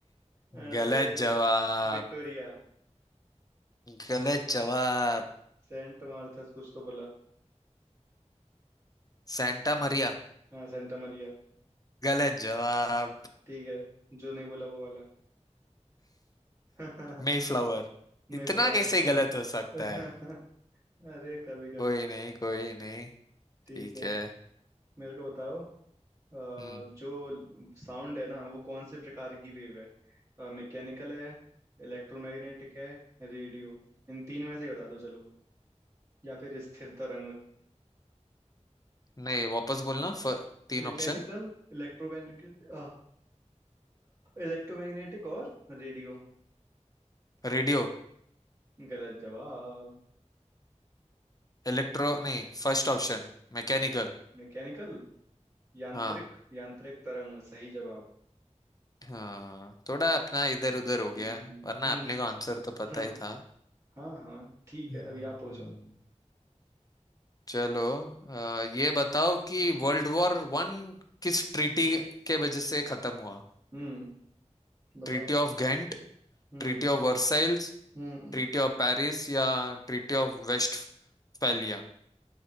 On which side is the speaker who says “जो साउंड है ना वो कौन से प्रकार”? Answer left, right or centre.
Right